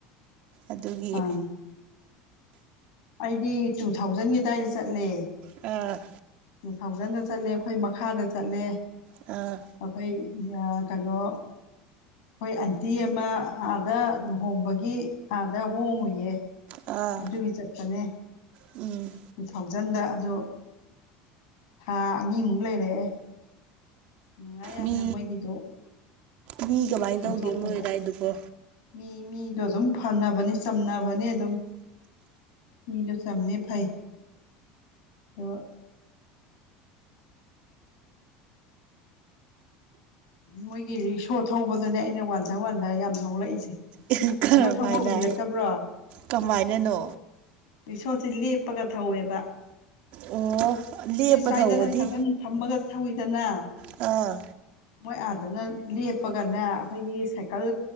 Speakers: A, on the right (about 50°); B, on the left (about 75°).
A: ꯑꯗꯨꯒꯤ
B: ꯑꯥ ꯑꯩꯗꯤ ꯇꯨ ꯊꯥꯎꯖꯟꯒꯤ ꯑꯗꯥꯏꯗ ꯆꯠꯂꯦ
A: ꯑꯥ
B: ꯇꯨ ꯊꯥꯎꯖꯟꯗ ꯆꯠꯂꯦ ꯑꯩꯈꯣꯏ ꯃꯈꯥꯗ ꯆꯠꯂꯦ
A: ꯑꯥ
B: ꯑꯩꯈꯣꯏ ꯑꯥꯀꯩꯅꯣ ꯑꯩꯈꯣꯏ ꯑꯟꯇꯤ ꯑꯃ ꯑꯥꯗ ꯂꯨꯍꯣꯡꯕꯒꯤ ꯑꯥꯗ ꯍꯣꯡꯉꯨꯏꯌꯦ
A: ꯑꯥ
B: ꯑꯗꯨꯒꯤ ꯆꯠꯄꯅꯦ
A: ꯎꯝ
B: ꯇꯨ ꯊꯥꯎꯖꯟꯗ ꯑꯗꯣ ꯊꯥ ꯑꯅꯤꯃꯨꯛ ꯂꯩꯔꯛꯑꯦ ꯅꯨꯡꯉꯥꯏ ꯌꯥꯝꯅ
A: ꯃꯤ
B: ꯃꯣꯏꯒꯤꯗꯣ
A: ꯃꯤ ꯀꯃꯥꯏꯅ
B: ꯀꯣꯏꯊꯣꯛꯄꯗ
A: ꯇꯧꯒꯦ ꯃꯣꯏ ꯑꯗꯏꯗꯨꯕꯣ
B: ꯃꯤ ꯃꯤꯗꯣ ꯑꯗꯨꯝ ꯐꯅꯕꯅꯤ ꯆꯝꯅꯕꯅꯤ ꯑꯗꯨꯝ ꯃꯤꯗꯣ ꯆꯝꯃꯦ ꯐꯩ ꯑꯗꯣ ꯃꯣꯏꯒꯤ ꯔꯤꯛꯁꯣ ꯊꯧꯕꯗꯨꯅꯦ ꯑꯩꯅ ꯋꯥꯟꯊ ꯋꯥꯟꯊ ꯌꯥꯝ ꯅꯣꯛꯂꯛꯏꯁꯦ
A: ꯑꯦ ꯀꯔꯝꯍꯥꯏꯅ
B: ꯔꯤꯛꯁꯣ ꯊꯧꯕ ꯎꯕꯤꯔꯛꯇꯕ꯭ꯔꯣ
A: ꯀꯃꯥꯏꯅꯅꯣ
B: ꯔꯤꯛꯁꯣꯁꯦ ꯂꯦꯞꯄꯒ ꯊꯧꯋꯦꯕ
A: ꯑꯣ
B: ꯑꯩꯈꯣꯏ
A: ꯂꯦꯞꯄ
B: ꯁ꯭ꯋꯥꯏꯗꯅ
A: ꯊꯧꯕꯗꯤ
B: ꯁꯥꯕꯜ ꯐꯝꯃꯒ ꯊꯧꯋꯤꯗꯅ
A: ꯑꯥ
B: ꯃꯣꯏ ꯑꯥꯗꯅ ꯂꯦꯞꯄꯒꯅꯦ ꯑꯩꯈꯣꯏꯒꯤ ꯁꯥꯏꯀꯜ